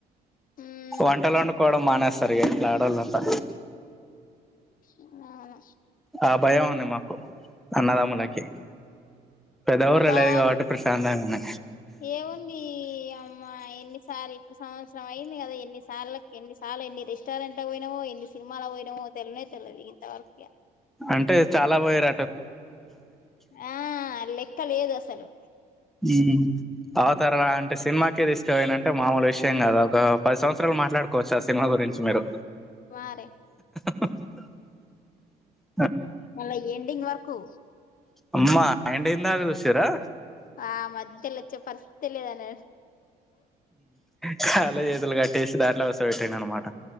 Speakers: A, on the left; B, in the centre.
A: ఉమ్
B: వంటలు వండుకోవడం మానేస్తారు ఇంట్లా ఆడవాళ్ళుంతా
A: అవును
B: ఆ భయం ఉంది మాకు అన్నదాములకి పెద్ద ఊర్ల
A: బా
B: లేదు కాబట్టే ప్రశాంతంగా ఉన్న
A: ఏముంది అమ్మా ఎన్నిసార్లు ఇప్పుడు సంవత్సరం అయింది కదా ఎన్నిసార్లు ఎన్నిసార్లు ఎన్ని రెస్టారెంట్ లకి పోయినామో ఎన్ని సినిమాలకి పోయినామో తేల్వనే తెలిదు ఇగ ఇంతవరకి ఇగా
B: అంటే చాలా పోయారు
A: ఆ లెక్క లేదు అసలు
B: ఇ ఆతరా అంటే సినిమాకే దిస్ తీసుకోబోయిండు అంటే మామూలు విషయం కదా ఒక పది సంవత్సరాలు మాట్లాడుకోవచ్చు ఆ సినిమా గురించి మీరు
A: మరే
B: <inaudible>
A: మల్ల ఎండింగ్ వర్కు
B: అమ్మా ఎండింగ్ దాకా చూసిరా
A: ఆ మధ్యలో వచ్చ పర్తులేదనాడు
B: కాలు చేతులు కట్టేసి దాంట్లో కుసో పెట్టిండు అనమాట